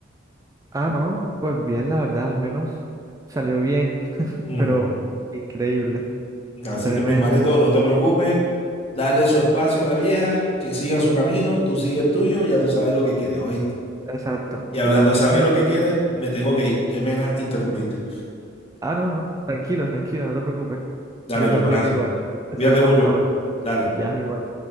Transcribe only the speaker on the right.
Ah, no, pues bien, la verdad, al menos salió bien,
pero increíble,
tremendo,
exacto.
La verdad
es que,
ah, no, no, tranquilo, tranquilo, no te preocupes.
Yo
también
igual. Así
que hablamos
ahora.
Ya, igual.